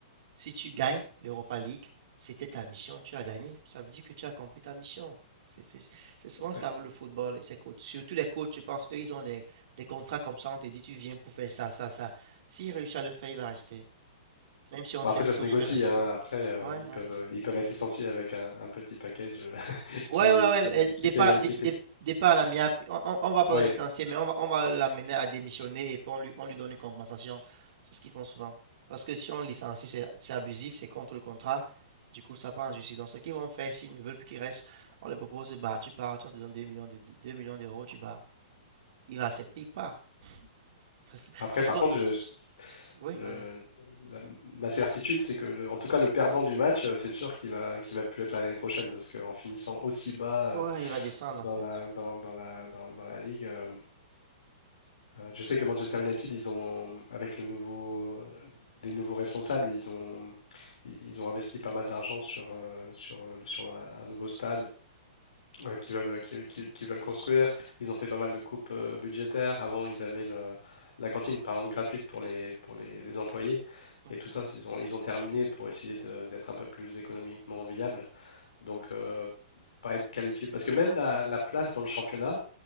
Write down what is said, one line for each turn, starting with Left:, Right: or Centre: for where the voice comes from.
Right: Si tu gagnes l'Europa League, c'était ta mission, tu as gagné. Ça veut dire que tu as accompli ta mission. C'est c'est- c'est souvent ça
Left: Ouais.
Right: le football et ses coachs. Surtout les coachs, je pense, eux, ils ont des les contrats comme ça. On te dit, tu viens pour faire ça, ça, ça. S'il réussit à le faire, il va rester. Même si on
Left: Bon,
Right: sait
Left: après, ça
Right: tous
Left: se négocie,
Right: que la saison.
Left: hein. Après, euh,
Right: Ouais,
Left: ils
Right: ouais,
Left: peuvent,
Right: ça
Left: ils peuvent être licenciés avec un, un petit package euh, <laughs>
Right: Ouais,
Left: qui,
Right: ouais,
Left: qui,
Right: ouais, euh,
Left: qui
Right: départ,
Left: fait,
Right: dé-
Left: qui
Right: dé-
Left: fait.
Right: départ à l'amiable. On, on, on va pas
Left: Ouais,
Right: le licencier, mais on va, on va l'amener à démissionner et puis on lui, on lui donne une compensation. C'est ce qu'ils font souvent. Parce que si on le licencie, c'est c'est abusif, c'est contre le contrat. Du coup, ça part en justice. Donc, ce qu'ils vont faire, s'ils ne veulent plus qu'il reste, on les propose, bah, tu pars, tiens, on te donne 2 millions de, de- 2 millions d'euros, tu pars. Il va accepter, il part. Très simple.
Left: Après,
Right: C'est ce
Left: par
Right: qu'on.
Left: contre, je,
Right: Oui,
Left: le-
Right: vas-y.
Left: la- ma certitude, c'est que, le- en tout cas, le perdant du match, euh, c'est sûr qu'il va, qu'il va plus être là l'année prochaine, parce qu'en finissant aussi bas
Right: Ouais,
Left: euh,
Right: il va descendre
Left: dans
Right: en fait.
Left: la, dans, dans la, dans, dans la ligue, euh, euh, je sais que Manchester United, ils ont, avec le nouveau, les nouveaux responsables, ils ont, ils ils ont investi pas mal d'argent sur, euh, sur, sur un, un nouveau stade Ouais, qui veulent, euh, qui, qui- qui veulent construire. Ils ont fait pas mal de coupes euh, budgétaires. Avant, ils avaient le- la cantine, par exemple, gratuite pour les, pour les, les employés.
Right: Mhm,
Left: Et tout ça, c'est- ils ont, ils ont terminé pour essayer de- d'être un peu plus économiquement viable. Donc, euh, pas être qualifié. Parce que même la, la place dans le championnat,